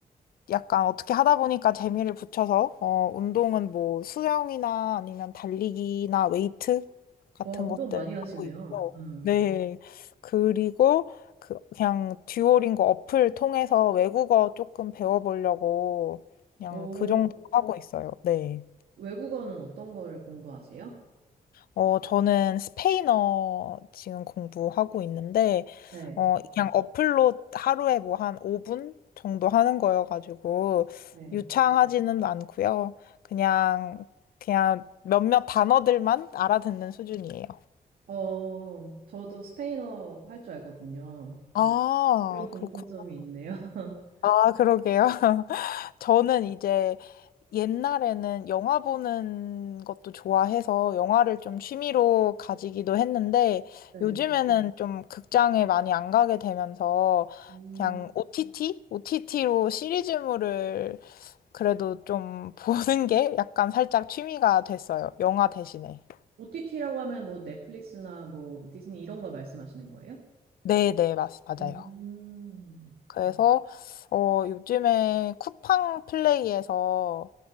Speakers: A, on the left (about 75°); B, on the right (about 85°).
A: 약간 어떻게 하다 보니까 재미를 붙여서, 어, 운동은 뭐 수영이나 아니면 달리기나 웨이트 같은
B: 와, 운동
A: 것들
B: 많이 하시네요.
A: 하고 있고,
B: 음.
A: 네. 그리고 그, 그냥 듀오링고 어플 통해서 외국어 조금 배워보려고 그냥
B: 어,
A: 그 정도 하고 있어요. 네.
B: 외국어는 어떤 거를 공부하세요?
A: 어, 저는 스페인어 지금 공부하고 있는데,
B: 네,
A: 어, 그냥 어플로 하루에 뭐 한 5분 정도 하는 거여가지고,
B: 네.
A: 유창하지는 않고요. 그냥, 그냥 몇몇 단어들만 알아듣는 수준이에요.
B: 어, 저도 스페인어 할 줄 알거든요.
A: 아,
B: 그런 공통점이
A: 그렇구나.
B: 있네요. <laughs>
A: 아, 그러게요. <laughs> 저는 이제 옛날에는 영화 보는 것도 좋아해서 영화를 좀 취미로 가지기도 했는데
B: 네.
A: 요즘에는 좀 극장에 많이 안 가게 되면서
B: 음,
A: 그냥 OTT? OTT로 시리즈물을 그래도 좀 <laughs> 보는 게 약간 살짝 취미가 됐어요. 영화 대신에.
B: OTT라고 하면 뭐 넷플릭스나 뭐 디즈니 이런 걸 말씀하시는 거예요?
A: 네, 네, 맞, 맞아요.
B: 음,
A: 그래서 어, 요즘에 쿠팡 플레이에서